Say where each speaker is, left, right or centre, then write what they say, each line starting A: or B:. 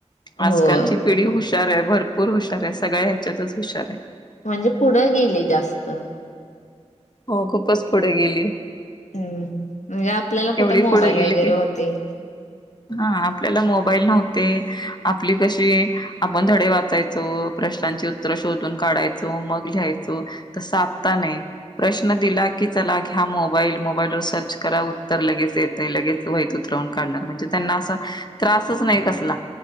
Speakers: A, on the left; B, on the left.
A: होय
B: आजकालची पिढी हुशार आहे भरपूर हुशार आहे सगळ्या ह्याच्यातच हुशार आहे.
A: म्हणजे पुढं गेले जास्त <unintelligible>
B: हो खूपच पुढे गेली
A: हम्म म्हणजे आपल्याला
B: एवढी
A: कुठे मोबाईल
B: पुढे गेली
A: वगैरे
B: की
A: होते
B: हा आपल्याला मोबाईल नव्हते आपली कशी आपण धडे वाचायचो प्रश्नांची उत्तर शोधून काढायचो मग लिहायचो तर साधता नाही प्रश्न दिला की चला घ्या मोबाईल मोबाईलवर सर्च करा तर लगेच येते लगेच वईत उतरवून काढणार म्हणजे त्यांना असा त्रासच नाही कसला